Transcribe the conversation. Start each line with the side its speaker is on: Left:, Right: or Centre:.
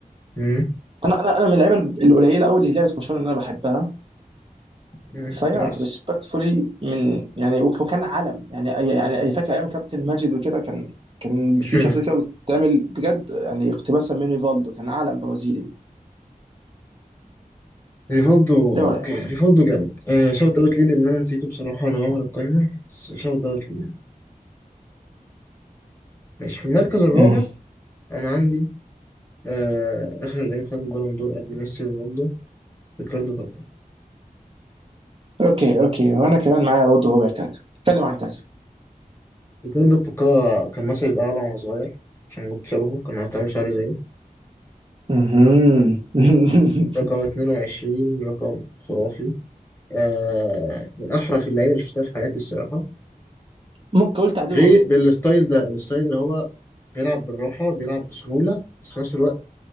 Left: مم.
Right: انا انا انا من اللعيبه القليله قوي اللي لعبت برشلونه اللي انا بحبها
Left: مم.
Right: فيا
Left: نايس
Right: ريسبكتفولي من يعني وك- وكان علم يعني أي- يعني أي فاكر ايام كابتن ماجد وكده كان كان
Left: <laughs>
Right: في
Left: مم.
Right: شخصيه كده بتتعمل بجد يعني اقتباسا من ريفالدو كان علم برازيلي
Left: ريفولدو
Right: ايه
Left: اوكي
Right: رايك؟
Left: ريفولدو جامد آه شوت اوت ليه لان انا نسيته بصراحة وانا بعمل القايمة بس شوت اوت ليه ماشي في المركز الرابع
Right: مم.
Left: انا عندي آه اخر لعيب خد البالون دور قبل ميسي ورونالدو ريكاردو كاكا
Right: اوكي اوكي وانا كمان معايا برضه ربع كاكا اتكلم عن كاكا
Left: ريكاردو كاكا كان مثلي الاعلى وانا صغير عشان كنت شبهه كان هتعمل شعري زيه
Right: مهم. <laughs>
Left: رقم 22 رقم خرافي آه من أحرف اللعيبة اللي شفتها في حياتي الصراحة
Right: ممكن اقول تعديل
Left: غير
Right: بسيط
Left: بالستايل ده الستايل اللي هو بيلعب بالراحة بيلعب بسهولة بس في نفس الوقت